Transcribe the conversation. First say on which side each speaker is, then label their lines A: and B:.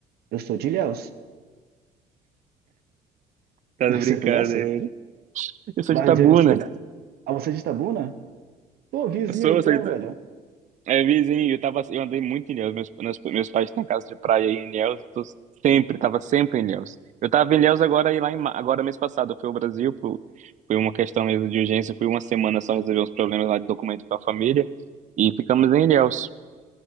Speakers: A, on the right; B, on the right.
A: Eu sou de Ilhéus.
B: Tá
A: <laughs>
B: de brincadeira.
A: Você conhece?
B: Eu sou
A: Vai
B: de Tabuna.
A: dizer que você é da- Ah, você é de Itabuna? Pô, vizinho
B: Eu sou,
A: então,
B: eu sou de... Ita-
A: velho.
B: É vizinho, eu tava, eu andei muito em Ilhéus, meus, meus, meus pais têm casa de praia aí em Ilhéus, eu tô sempre, tava sempre em Ilhéus. Eu tava em Ilhéus agora e lá em, ma- agora mês passado, eu fui ao Brasil, pro- foi uma questão mesmo de urgência, fui uma semana só resolver uns problemas lá de documento com a família e ficamos em Ilhéus.